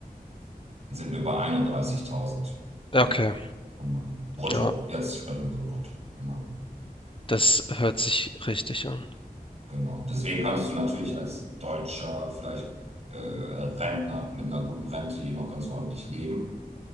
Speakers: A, on the right; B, on the left.
A: dann sind wir bei 31.000.
B: Ja,
A: Ja,
B: Okay,
A: genau. Brutto,
B: ja,
A: jetzt sprechen wir über brutto. Genau,
B: das hört sich richtig an.
A: genau. Deswegen kannst du natürlich als Deutscher vielleicht äh, Rentner mit einer guten Rente hier noch ganz ordentlich leben.